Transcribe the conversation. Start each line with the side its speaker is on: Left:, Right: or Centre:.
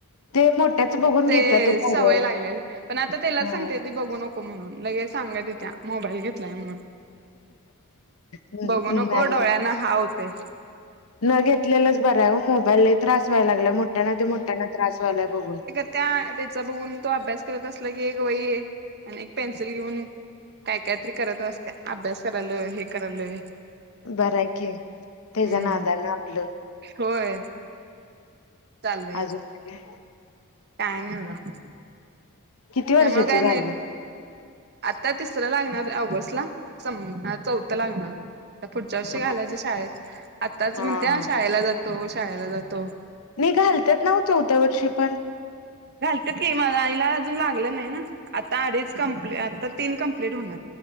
Left: ते मोठ्याच बघून
Right: ते
Left: घेत्यात ओ पोरं
Right: सवय लागलेले पण आता त्यालाच
Left: हा
Right: सांगते ती बघू नको म्हणून लगेच सांगत ईत्या मोबाईल घेतलाय म्हणून.
Left: हम्म
Right: बघू नको
Left: नाहीयं.
Right: डोळ्यांना हा होतय
Left: न घेतलेलंच बरं आहे हो मोबाईल लय त्रास व्हाय लागला मोठ्याना ते मोठ्यांना त्रास व्हायलाय बघूनं.
Right: त्या त्याचा बघून तो अभ्यास करत असला की एक वई आणि एक पेन्सिल घेऊन. काय काय तरी करत असते अभ्यास कराल हे करायलय.
Left: बरं आहे कि तेच्या
Right: हम्म
Left: नाद न आपलं
Right: होय. चाललंय
Left: अजून काय?
Right: काय नाही बघा.
Left: किती वर्षाची
Right: त्यामुळे काय
Left: झाली?
Right: नाही आता तिसरं लागणार ऑगस्ट ला संप चौथं लागणार. पुढच्या वर्षी
Left: हा
Right: घालायचें
Left: हा
Right: शाळेत आत्ताच म्हणते
Left: हा हा
Right: शाळेला जातो शाळेला जातो.
Left: नाही घालत्यात ना चौथ्या वर्षी पण?
Right: घालतात कि हिल अजून लागलं नाही ना. आता अडीच कंप्लीट आता तीन कंप्लीट होणार.